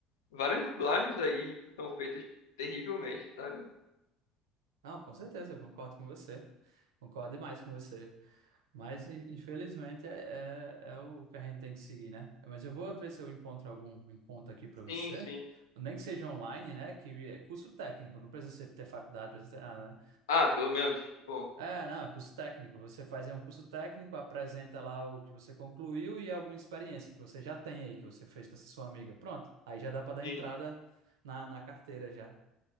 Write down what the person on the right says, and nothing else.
Não, com certeza, eu concordo com você. Concordo demais com você. Mas in- infelizmente é, é, é o que a gente tem que seguir, né? Mas eu vou ver se eu encontro algum encontro aqui para você.
Nem que seja online, né? Que é curso técnico, não precisa ser- ter faculdade, não precisa ter nada, né?
É, não, é curso técnico. Você faz aí um curso técnico, apresenta lá o que você concluiu e alguma experiência que você já tem aí, que você fez com essa sua amiga. Pronto, aí já dá para dar
entrada na, na carteira já.